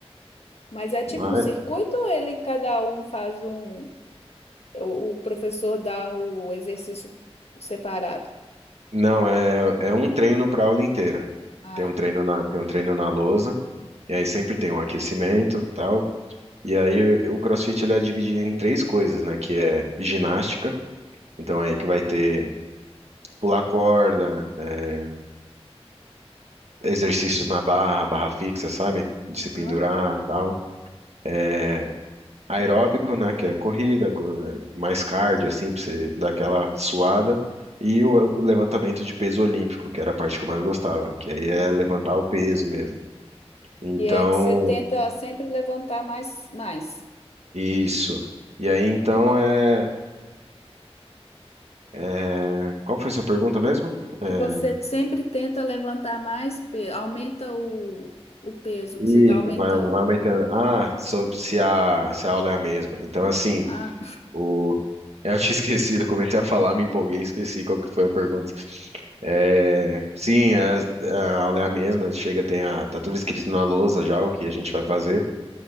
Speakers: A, on the left; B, on the right.
A: Mas é tipo
B: Mas
A: um circuito ou ele, cada um faz um. O, o professor dá o exercício separado?
B: Não, é, é um treino para aula inteira.
A: Ah,
B: Tem um treino na, tem um treino na lousa, e aí sempre tem um aquecimento, tal. E aí o o CrossFit ele é dividido em três coisas, né? Que é ginástica, então aí que vai ter pular corda, é, exercícios na barra, barra fixa, sabe? De se
A: aham.
B: pendurar, tal. É, aeróbico, né? Que é corrida, co- é, mais cardio, assim, pra você dar aquela suada. E o o levantamento de peso olímpico, que era a parte que eu mais gostava, que aí
A: Ah,
B: é levantar o peso mesmo. Então,
A: E é que você tenta sempre levantar mais, mais.
B: isso. E aí, então, é, é- Qual foi sua pergunta mesmo? É,
A: Que você sempre tenta levantar mais peso, aumenta o, o peso
B: isso,
A: que você está aumentando.
B: vai, vai aumentando. Ah, sobre se a, se a aula é a mesma. Então, assim,
A: Ah,
B: o... Eu tinha <laughs> esquecido, eu comecei a falar, me empolguei, esqueci qual que foi a pergunta. É, sim, a, a aula é a mesma, chega, tem a, tá tudo escrito na lousa já o que a gente vai fazer.